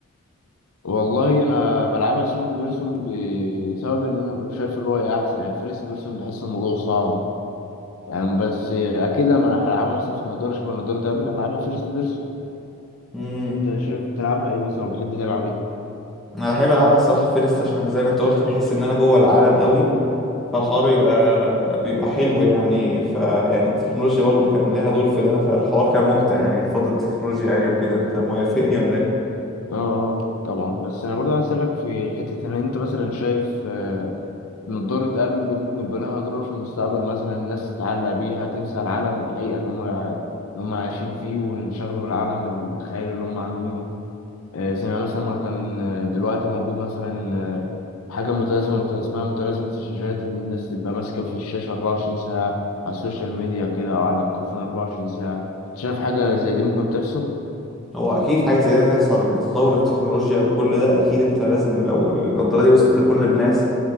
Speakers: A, on the left (about 80°); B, in the centre.
A: والله أنا بلعبها سيرد بيرسون بسبب إن أنا شايف الرؤية أحسن يعني فيرست بيرسون بحس الموضوع صعب يعني بس أكيد أنا هلعبها مثلا في النضارة شبه النضارة تقابل هلعبها فيرست بيرسون
B: امم
A: أنت شايف تلعبها إيه مثلا وبتحب تلعب إيه؟
B: انا بحب العبها الصراحة فيرست عشان زي ما انت قلت بحس ان انا جوه العالم قوي فالحوار بيبقى بيبقى حلو يعني فيعني التكنولوجيا برضو كان ليها دور في ده فالحوار كان ممتع يعني بفضل التكنولوجيا يعني وكده انت موافقني ولا ايه
A: اه آه، طبعا بس انا برضه عايز اسالك في حته ان انت مثلا شايف آه، من ضرة ابل دي ممكن يبقى لها اضرار في المستقبل مثلا الناس تتعلق بيها تنسى العالم الحقيقه اللي هم اللي هم عايشين فيه وينشغلوا بالعالم الخيالي اللي هم عاملينه آه، زي ما مثلا ما كان آه، دلوقتي موجود مثلا آه، حاجه متلازمه مت- اسمها متلازمه في الشاشات ان الناس تبقى ماسكه في الشاشه 24 ساعه على السوشيال ميديا كده او على التليفون 24 ساعه شايف حاجه زي دي ممكن تحصل
B: هو اكيد حاجه زي ده تحصل بتطور التكنولوجيا وكل ده اكيد انت لازم لو النضاره دي وصلت لكل الناس